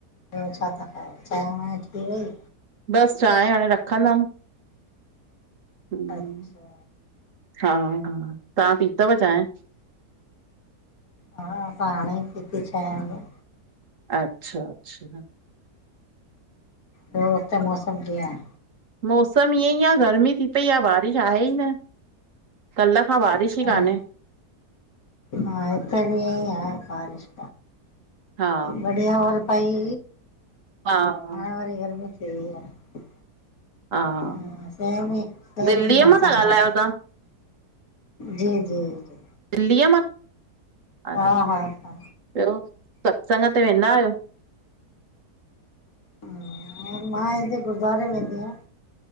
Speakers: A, on the left; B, on the right.
A: ॿियो छा था खयो चांहि वांहि थी वई?
B: बसि चांहि हाणे रखंदमि। हम्म,
A: अच्छा
B: हा हा तव्हां पीतव चांहि??
A: हा अंसा हाणे ही पीती छए वॻे।
B: अचछा अचछा
A: ॿियो उते मौसम कीअ आहे?
B: मौसम ईअं ई आहे गर्मी थी पई आहे बारिश आहे ई न। कल्ह खां बारिश
A: आहे
B: ई कान्हे।
A: हा हित बि इयइ आ बारिश
B: हा
A: बढ़िया हल पाई
B: हा हा
A: हाणे वाररी गरमी स आहे
B: हा
A: ह सेमी सेमी
B: दिल्लीअ
A: मोसम
B: मां था ॻाल्हायो
A: हि
B: तव्हां
A: जी जी जी
B: दिल्लीअ मां अचछा
A: हा हा हा
B: ॿियो सत्संग ते वेंदा आहियो?
A: ऐं मां हिते गुरुद्वारे वेंदी आहियां।